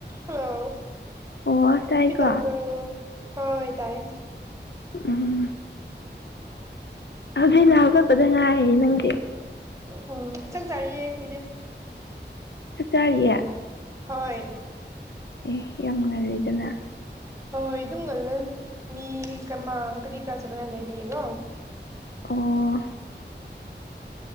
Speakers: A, on the right; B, on the left.
A: hello
B: ꯑꯣ ꯇꯥꯏꯀꯣ
A: ꯀ ꯇꯣꯕꯣ ꯍꯣꯏ ꯇꯥꯏ
B: ꯎꯝ ꯍꯧ ꯂꯒꯠꯄꯗ ꯉꯥꯏꯔꯌꯦ ꯅꯪꯗꯤ
A: ꯑꯣ ꯆꯪ ꯆꯥꯔꯤꯌꯦ ꯑꯩꯨꯏꯗꯦ
B: ꯆꯥꯛ ꯆꯥꯔꯤꯌꯦ
A: ꯍꯣꯏ
B: ꯑꯦ ꯌꯥꯝ ꯉꯜꯂꯤꯗꯅ
A: ꯍꯣꯏ ꯑꯗꯨꯝ ꯉꯜꯂ ꯃꯤ ꯀꯃ ꯀꯔꯤ ꯀꯔꯥ ꯆꯠꯅꯉꯥꯏ ꯂꯩꯕꯤꯒꯦꯀꯣ
B: ꯑꯣ